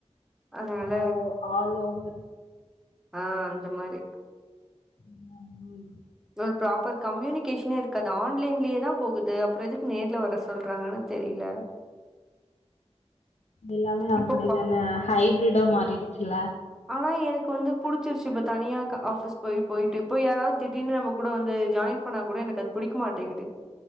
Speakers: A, in the centre; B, on the left (about 80°).
A: அதனால
B: ஓ! ஆல் ஓவர்
A: ஆ அந்த மாரி
B: ம் ம்
A: ஒரு ப்ராப்பர் கம்யூனிகேஷ்னே இருக்காது ஆன்லைன்லயே தா போகுது அப்றோ எதுக்கு நேர்ல வர சொல்றாங்கன்னு தெரியல
B: எல்லாமே அப்படிதான
A: இப்பப்பா
B: ஹைப்ரிடா மாறிடுச்சுல
A: ஆனா எனக்கு வந்து புடிச்சிருச்சு இப்ப தனியா ஆபிஸ் போய் போயிட்டு இப்போ யாராவது திடீர்னு நம்ம கூட வந்து ஜாயிண்ட் பண்ணா கூட எனக்கு அது புடிக்க மாட்டேங்குது